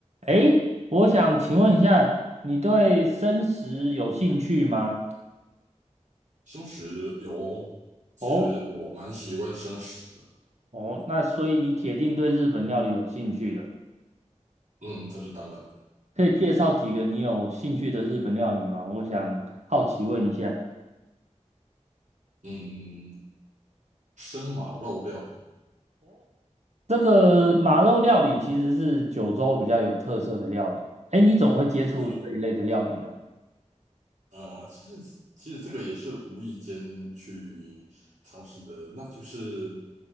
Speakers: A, on the right; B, on the right.
A: 诶，我想请问一下，你对生食有兴趣吗？
B: 生食有，其实我蛮喜欢生食的，
A: 哦哦，那所以你铁定对日本料理有兴趣了。
B: 嗯，这是当然的，
A: 可以介绍几个你有兴趣的日本料理吗？
B: 嗯
A: 我想好奇问一下，
B: 嗯，生马肉料理，
A: 这个马肉料理其实是九州比较有特色的料理。诶，你怎么会接触这一类的料理呢？
B: 呃。啊、其实其实这个也是无意间去尝试的。那就是